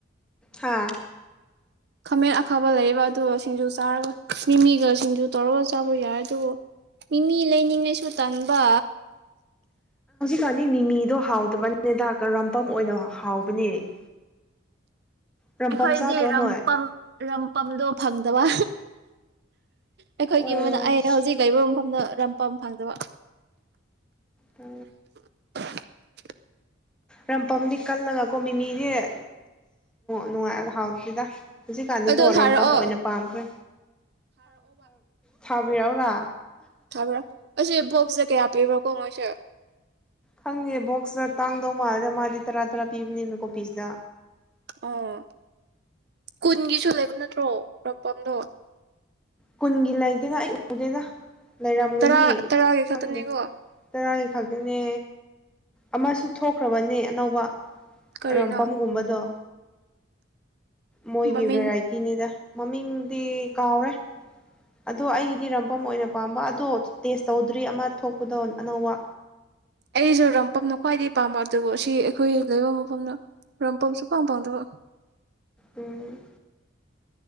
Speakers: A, in the centre; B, on the right.
A: ꯍꯥꯥ
B: ꯈꯥꯃꯦꯟ ꯑꯈꯥꯕ ꯂꯩꯌꯦꯕ ꯑꯗꯨꯒ ꯁꯤꯡꯖꯨ ꯆꯥꯔꯒ ꯃꯤꯃꯤꯒ ꯁꯤꯡꯖꯨ ꯇꯧꯔꯒ ꯆꯥꯕ ꯌꯥꯏ ꯑꯗꯨꯕꯨ ꯃꯤꯃꯤ ꯂꯩꯅꯤꯡꯉꯥꯏꯁꯨ ꯇꯟꯕ
A: ꯆꯅꯤ ꯃꯤꯃꯤꯗꯣ ꯍꯥꯎꯗꯕꯅꯦꯗꯥꯛꯀ ꯔꯝꯄꯝ ꯑꯣꯏꯅ ꯍꯥꯎꯕꯅꯤ ꯔꯝꯄꯝꯆꯥꯥ
B: ꯑꯩꯈꯣꯏꯗꯤ
A: ꯔꯅꯣꯏ
B: ꯔꯝꯄꯝ ꯔꯝꯄꯝꯗꯣ ꯐꯪꯗꯕ ꯑꯩꯈꯣꯏꯒꯤ
A: ꯑꯣ
B: ꯃꯅ ꯑꯩ ꯍꯧꯖꯤꯛ ꯂꯩꯕ ꯃꯐꯝꯗ ꯔꯝꯄꯝ ꯐꯪꯗꯕ
A: ꯑ
B: <inaudible>
A: ꯔꯝꯄꯝꯗꯤ ꯀꯜꯂꯒꯀꯣ ꯃꯤꯃꯤꯁꯦ ꯑ ꯅꯨꯡꯉꯥꯏ ꯍꯥꯎꯤꯗ ꯍꯧꯖꯤꯛꯀꯥꯟꯗꯤꯒꯤ
B: ꯑꯗꯣ
A: ꯑꯣꯏꯔꯝ
B: ꯊꯥꯔꯛꯑꯣ
A: ꯄꯝ ꯑꯣꯏꯅ ꯄꯥꯝꯈ꯭ꯔꯦ ꯊꯕꯔꯤꯧꯅ
B: ꯊꯥꯕ꯭ꯔ ꯑꯁꯤ ꯣꯛꯁꯦ ꯀꯌꯥ ꯄꯤꯕ ꯀꯃꯁꯥ
A: ꯈꯪꯉꯦ ꯕꯣꯛꯁꯇ ꯇꯥꯡꯗꯧ ꯃꯥꯜꯂꯗ ꯃꯥꯗꯤ ꯇꯔꯥ ꯇꯔꯥ ꯄꯤꯕꯅꯤꯅ ꯀꯣꯄꯤꯁꯤꯗ
B: ꯑꯣ ꯀꯨꯟꯒꯤꯁꯨ ꯂꯩꯕ ꯅꯠꯇ꯭ꯔꯣ ꯔꯝꯄꯝꯗꯣ
A: ꯀꯨꯟꯒꯤ ꯂꯩꯗꯦꯅ ꯑꯩ ꯎꯗꯦꯅ ꯂꯩꯔꯝꯒꯅꯤ
B: ꯇꯔꯥ ꯇꯔꯥꯒꯤ
A: ꯐꯪꯗꯦ
B: ꯈꯛꯇꯅꯤꯀꯣ
A: ꯇꯔꯥꯒꯤ ꯈꯛꯇꯅꯦ ꯑꯃꯁꯨ ꯊꯣꯛꯈ꯭ꯔꯕꯅꯦ ꯑꯅꯧꯕ
B: ꯀꯔꯤꯅꯣ
A: ꯔꯣꯝꯄꯝꯒꯨꯝꯕꯗꯣ ꯃꯣꯏꯒꯤ
B: ꯃꯃꯤꯡ
A: ꯚꯦꯔꯥꯏꯇꯤꯅꯤꯗ ꯃꯃꯤꯡꯗꯤ ꯀꯥꯎꯔꯦ ꯑꯗꯣ ꯑꯩꯒꯤꯗꯤ ꯔꯝꯐꯝꯝ ꯑꯣꯏꯅ ꯄꯥꯝꯕ ꯑꯗꯣ ꯇꯦꯁ ꯇꯧꯗ꯭ꯔꯤ ꯑꯃ ꯊꯣꯛꯄꯗꯣ ꯑꯅꯧꯕ
B: ꯑꯩꯁꯨ ꯔꯝꯄꯝꯅ ꯈ꯭ꯋꯥꯏꯗꯒꯤ ꯄꯥꯝꯕ ꯑꯗꯨꯕꯨ ꯁꯤ ꯑꯩꯈꯣꯏ ꯂꯩꯕ ꯃꯐꯝꯗ ꯔꯝꯄꯝꯁꯨ ꯄꯥꯝ ꯄꯥꯎꯝꯗꯕ
A: ꯎꯝ